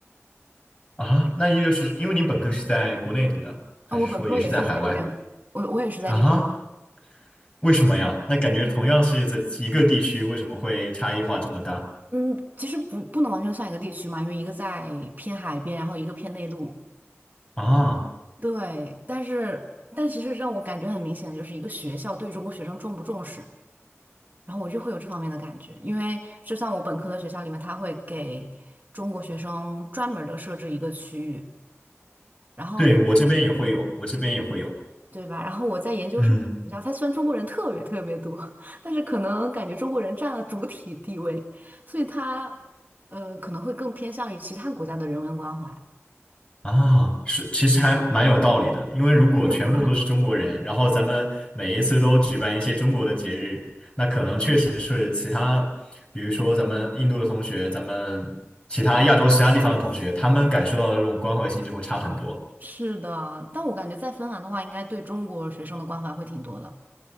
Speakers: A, on the left; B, on the right.
A: 啊，那也就是因为你本科是在国内读的，还是说也是在海外
B: 啊，我本科也是在这边，我我也是在这边，
A: 啊？为什么呀？那感觉同样是在一个地区，为什么会差异化这么大
B: 嗯，其实不不能完全算一个地区嘛，因为一个在偏海边，然后一个偏内陆，
A: 啊？
B: 对，但是但其实让我感觉很明显的就是一个学校对中国学生重不重视，然后我就会有这方面的感觉，因为就像我本科的学校里面，他会给中国学生专门的设置一个区域。然后
A: 对，我这边也会有，我这边也会有。
B: 对吧？然后我在研究生学校，
A: 嗯，
B: 它虽然中国人特别特别多，<laughs> 但是可能感觉中国人占了主体地位，所以它呃可能会更偏向于其他国家的人文关怀。
A: 啊，是，其实还蛮有道理的，因为如果全部都是中国人，
B: 是吧？
A: 然后咱们每一次都举办一些中国的节日，那可能确实是其他，比如说咱们印度的同学，咱们其他亚洲其他地方的同学，他们感受到的这种关怀性就会差很多。
B: 是的，但我感觉在芬兰的话，应该对中国学生的关怀会挺多的，